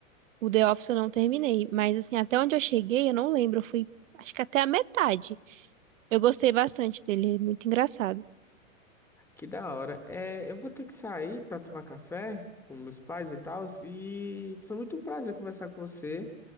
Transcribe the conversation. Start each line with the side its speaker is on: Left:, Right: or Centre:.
Right: O The Office eu não terminei, mas assim, até onde eu cheguei, eu não lembro, eu fui, acho que até a metade. Eu gostei bastante dele, é muito engraçado.
Centre: Que da hora. É, eu vou ter que sair para tomar café com meus pais e tal. E foi muito um prazer conversar com você.